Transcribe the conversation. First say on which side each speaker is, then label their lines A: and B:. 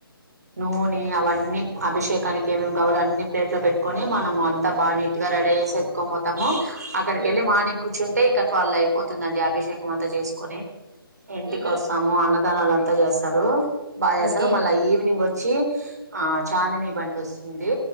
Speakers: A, on the right; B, on the right.
A: నూనె అవన్నీ అభిషేకానికి ఏమేం కావాలో అన్ని ప్లేట్ లో పెట్టుకొని మనం అంతా బా నీట్ గా రెడీ అసి ఎత్తుకొని పోతాము. అక్కడక
B: హ్మ్.
A: వెళ్లి మానికు కూర్చుంటే ఇక్క వాళ్ళు అయిపోతుందండి అభిషేకం అంతా చేసుకుని ఇంటికి
B: హుహు.
A: వస్తాము అన్నమ్ విధానాల అంతా చేస్తారు బాగా చేస్తారు
B: ఓకే.
A: మళ్ళా ఈవినింగ్ వచ్చి ఆ చాందినీ బండి వస్తుంది